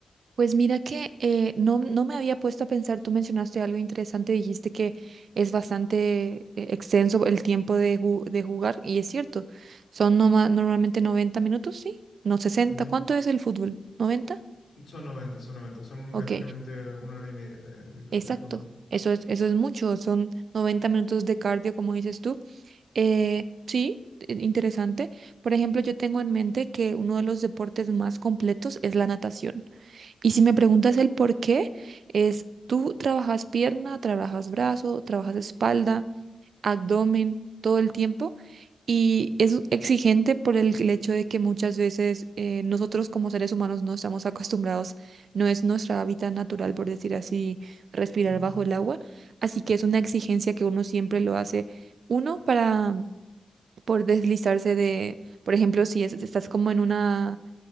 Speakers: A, on the right; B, on the left.
A: Pues mira que eh, no, no me había puesto a pensar, tú mencionaste algo interesante, dijiste que es bastante eh, extenso el tiempo de, ju- de jugar y es cierto, son noma- normalmente 90 minutos, sí, no sesenta.
B: Ujú.
A: ¿cuánto es el fútbol? 90.
B: Son noventa son noventa son
A: Ok,
B: prácticamente una hora y media de, de-
A: exacto,
B: de fútbol.
A: eso es, eso es mucho, son 90 minutos de cardio, como dices tú. Eh, sí, eh, interesante. Por ejemplo, yo tengo en mente que uno de los deportes más completos es la natación. Y si me preguntas el por qué, es tú trabajas pierna, trabajas brazo, trabajas espalda, abdomen, todo el tiempo. Y es exigente por el, el hecho de que muchas veces eh, nosotros como seres humanos no estamos acostumbrados, no es nuestra hábitat natural, por decir así, respirar
B: Ujú,
A: bajo el agua. Así que es una exigencia que uno siempre lo hace, uno para por deslizarse de, por ejemplo, si es- estás como en una